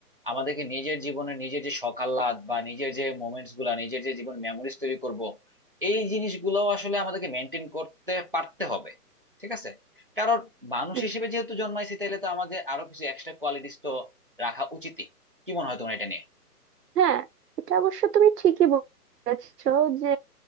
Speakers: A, on the right (about 35°); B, on the right (about 80°).
A: আমাদেহ্কে নিজের জীবনে নিজের যে শখ আহ্লাদ বা নিজের যে মোমেন্টস গুলা নিজের যে জীবন মেমোরিজ তৈরি করব এই জিনিসগুলো আসলে আমাদেরকে মেনটেন করতে পারতে হবে ঠিক আছে কারণ মানুষ
B: হুম
A: হিসেবে যেহেতু জন্মাইছি তাহলে তো আমাদের আরো কিছু এক্সট্রা কোয়ালিটিস তো রাখা উচিত কি মনে হয় তোমার এটা নিয়ে
B: হ্যাঁ এটা অবশ্য তুমি ঠিকই বলেছো যে